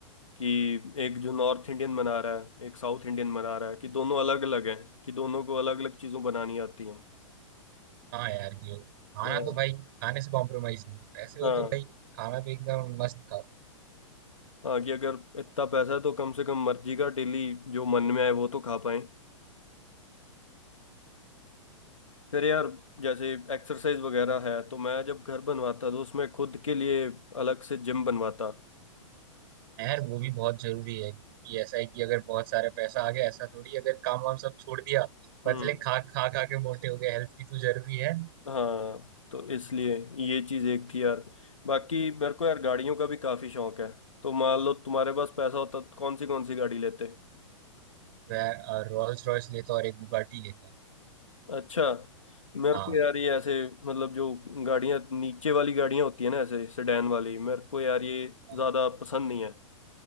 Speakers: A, on the left; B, on the right.
A: कि एक जो नॉर्थ इंडियन बना रहा है एक साउथ इंडियन बना रहा है कि दोनों अलग अलग हैं कि दोनों को अलग अलग चीज़ों बनानी आती हैं
B: हाँ यार ये खाना
A: हाँ
B: तो भाई खाने से कॉम्प्रोमाइज नहीं पैसे
A: हाँ
B: हो तो भाई खाना तो एकदम मस्त खाओ
A: हाँ कि अगर इतना पैसा है तो कम से कम मर्जी का डेली जो मन में आए वो तो खा पाएं फिर यार जैसे एक्सरसाइज वगैरह है तो मैं जब घर बनवाता तो उसमें खुद के लिए अलग से जिम बनवाता
B: हाँ यार वो भी बहुत जरूरी है कि ऐसा है कि अगर बहुत सारे पैसा आ गया ऐसा थोड़ी अगर काम वाम सब छोड़ दिया पतले
A: हम्म
B: खा खा खा के मोटे हो गए हेल्थ भी तो जरूरी है
A: हाँ तो इसलिए ये चीज़ एक थी यार बाकी मेरे को यार गाड़ियों का भी काफ़ी शौक है तो मान लो तुम्हारे पास पैसा होता तो कौन सी कौन सी गाड़ी लेते
B: मैं रोल्स रॉयस लेता और एक बुगाटी लेता
A: अच्छा मेरे
B: हाँ
A: को यार ये ऐसे मतलब जो गाड़ियां नीचे वाली गाड़ियां होती है ना ऐसे सेडान वाली मेरे को यार ये
B: हाँ,
A: ज्यादा पसंद नहीं है